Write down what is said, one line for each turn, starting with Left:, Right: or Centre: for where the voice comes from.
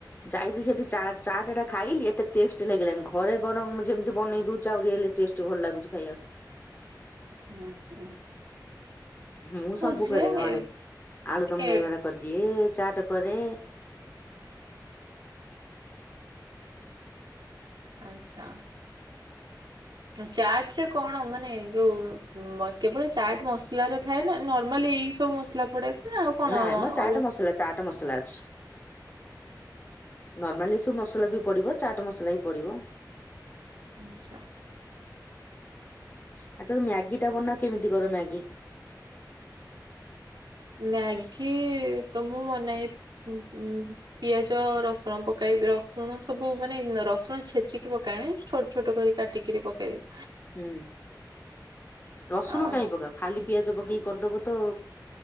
Left: ଯାଇକି ସେଠି ଚା ଚାଟ ଟା ଖାଇଲି ଏତେ ଟେଷ୍ଟ ଲାଗିଲାନି ଘରେ ବରଂ ମୁଁ ଯେମିତି ବନେଇ ଦଉଛି ଆଉ ରିଏଲ୍ ଟେଷ୍ଟ ଭଲ ଲାଗୁଛି ଖାଇବାକୁ
Right: ହୁଁ ହୁଁ
Left: ମୁଁ ସବୁ
Right: ହଁ ଝିଅ
Left: କରେ ଘରେ
Right: ଏ
Left: ଆଳୁ ଦମ
Right: ଏ
Left: ଦହିବାର କରିଦିଏ ଚାଟ କରେ
Right: ଆଚ୍ଛା ଚାଟ ରେ କଣ ମାନେ ଯୋଉ କେବଳ ଚାଟ ମସଲାର ଥାଏନା ନର୍ମାଲି ଏଇ ସବୁ ମସଲା ପଡେ ନା ଆଉ କଣ
Left: ନାଇଁ ମ ଚାଟ
Right: ଅଲ
Left: ମସଲା ଚାଟ ମସଲା ଅଛି ନର୍ମାଲି ସବୁ ମସଲା ବି ପଡ଼ିବ ଚାଟ୍ ମସଲା ବି ପଡ଼ିବ
Right: ଆଛା
Left: ଆଚ୍ଛା ଯୋଉ ମ୍ୟାଗିଟା ବନାଅ କେମିତି କର ମ୍ୟାଗିକି
Right: ମ୍ୟାଗି ତ ମୁଁ ବନାଏ ହୁଁ ହୁଁ ପିଆଜ ରସୁଣ ପକାଇବି ରସୁଣ ସବୁ ମାନେ ରସୁଣ ଛେଚିକି ପକାଏନି ଛୋ ଛୋଟ କରି କାଟିକିରି ପକାଇବେ
Left: ହୁଁ ରସୁଣ
Right: ଆଉ
Left: କାଇଁ ପକାଅ ଖାଲି ପିଆଜ ପକେଇକି କରିଦବୁ ତ